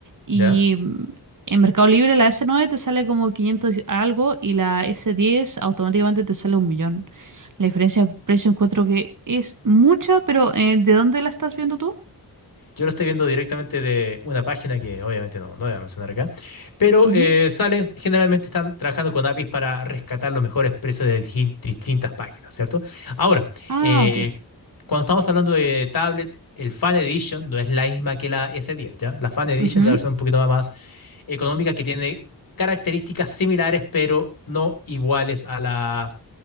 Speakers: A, on the right; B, on the left.
A: y
B: ¿Ya?
A: mm, en Mercado Libre la S9 te sale como 500 algo y la S10 automáticamente te sale un millón. La diferencia de precio encuentro que es mucha, pero eh, ¿de dónde la estás viendo tú?
B: Yo lo estoy viendo directamente de una página que obviamente no, no voy a mencionar acá, pero
A: Ujú.
B: eh, salen, generalmente están trabajando con APIs para rescatar los mejores precios de di- distintas páginas, ¿cierto? Ahora,
A: Ah,
B: eh,
A: ok.
B: cuando estamos hablando de tablet, el Fan Edition no es la misma que la S10, ¿ya? La Fan Edition
A: Ujú.
B: es la versión un poquito más económica que tiene características similares, pero no iguales a la,